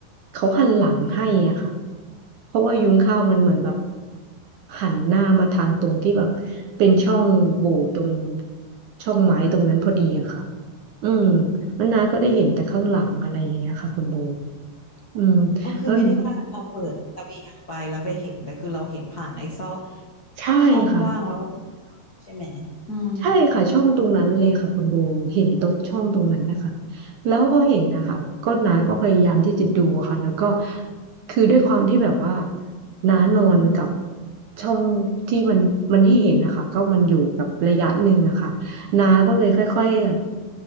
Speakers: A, on the right; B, on the left.
A: เขาหันหลังให้อ่ะค่ะเพราะว่ายุ้งข้าวมันเหมือนแบบ
B: อืม
A: หันหน้ามาทางตรงที่แบบเป็นช่องโหว่ตรงช่องไม้ตรงนั้นพอดีอะค่ะอืมแล้วน้าก็ได้เห็นแต่ข้างหลังอะไรอย่างเงี้ยค่ะคุณโบอืมแล้ว
B: ก็คือไม่ได้ว่าเราเปิดระเบียงไปแล้วไปเห็นแต่คือเราเห็นผ่านไอ้ซอก
A: ใช่ค่ะ
B: ช่องว่างแล้วใช่ไหมอืม
A: ใช่ค่ะช่องตรงนั้นเลยค่ะคุณโบเห็นตรงช่องตรงนั้นนะคะแล้วพอเห็นนะคะก็น้าก็พยายามที่จะดูค่ะแล้วก็คือด้วยความที่แบบว่าน้านอนกับช่องที่มันมันให้เห็นนะคะก็มันอยู่กับระยะหนึ่งอะค่ะน้าก็เลยค่อยๆแบบ